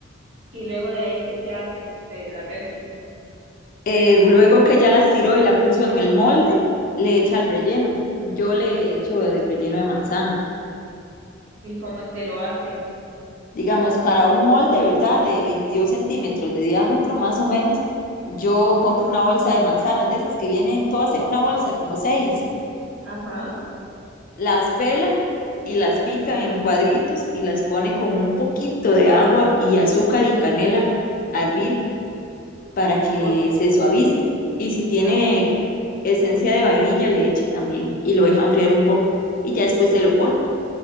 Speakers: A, on the right (about 75°); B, on the left (about 45°).
A: Y luego de ahí, ¿qué se hace de la refri?
B: Eh, luego que ya la estiró y la puso en el molde, le echa el relleno. Yo le echo de relleno de manzana.
A: ¿Y cómo es que lo hace?
B: Digamos, para un molde, ¿verdad? De 22 centímetros de diámetro, más o menos, yo compro una bolsa de manzanas, de esas que vienen todas en una bolsa, como seis.
A: Ajá,
B: Las pela y las pica en cuadritos y las pone con un poquito de agua y azúcar y canela a hervir para que
A: por-
B: se suavice. Y si tiene
A: ajá.
B: esencia de vainilla, le echa también y lo deja enfriar un poco. Y ya después se lo pone